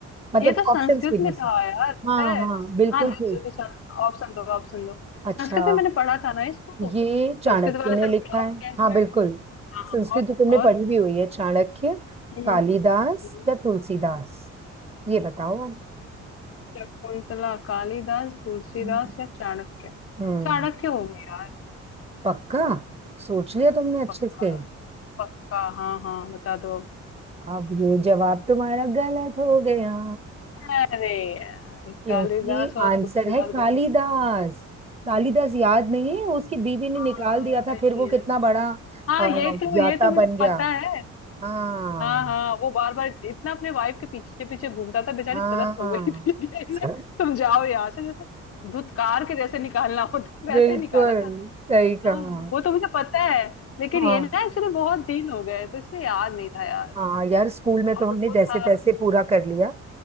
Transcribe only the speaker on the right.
मतलब
ऑप्शंस भी
दे
हाँ
हाँ बिल्कुल
ठीक
अच्छा
ये चाणक्य
ने
लिखा
है
हाँ
बिल्कुल
संस्कृत
तो तुमने पढ़ी
भी हुई है चाणक्य
कालिदास
या तुलसीदास ये बताओ आप।
हम्म
हम्म,
पक्का सोच लिया तुमने अच्छे
से
अब ये जवाब तुम्हारा गलत हो गया
क्योंकि
आंसर
है कालिदास
कालिदास याद नहीं है उसकी बीवी ने
निकाल दिया था
फिर वो कितना
बड़ा
अ,
ज्ञाता
बन गया
हाँ
हाँ
है
बिल्कुल
सही कहा
हाँ
हाँ यार स्कूल में तो
हमने
जैसे
तैसे पूरा कर लिया